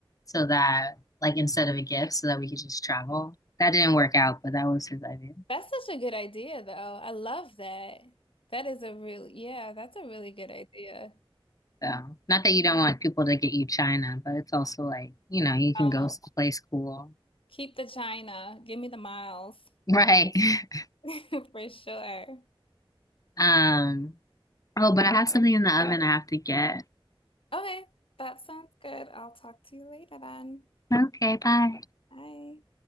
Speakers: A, on the left; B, on the left.
A: so that like instead of a gift so that we could just travel. That didn't work out, but that was his idea.
B: That's such a good idea though. I love that. That is a really, yeah, that's a really good idea.
A: So, not that you don't want people to get you China, but it's also like, you know, you
B: Um,
A: can go someplace cool.
B: Keep the China. Give me the miles
A: <laughs> Right. <laughs>
B: <laughs> for sure.
A: Um, oh, but I have something in the oven I have to get.
B: Okay, that sounds good. I'll talk to you later then.
A: Okay, bye.
B: Bye.